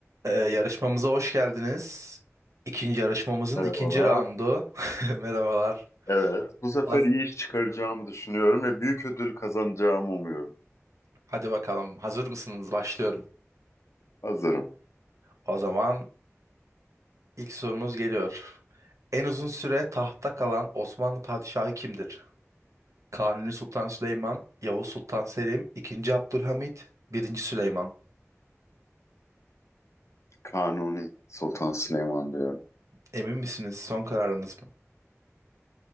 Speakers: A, on the right; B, on the left.
A: Ee, yarışmamıza hoş geldiniz. İkinci yarışmamızın
B: Merhabalar.
A: ikinci raundu. <laughs> Merhabalar.
B: Evet, bu sefer
A: Haz-
B: iyi iş çıkaracağımı düşünüyorum ve büyük ödül kazanacağımı umuyorum.
A: Hadi bakalım. Hazır mısınız? Başlıyorum.
B: Hazırım.
A: O zaman ilk sorunuz geliyor. En uzun süre tahtta kalan Osmanlı padişahı kimdir? Kanuni Sultan Süleyman, Yavuz Sultan Selim, II. Abdülhamit, I. Süleyman.
B: Kanuni Sultan Süleyman diyorum.
A: Emin misiniz? Son kararınız mı?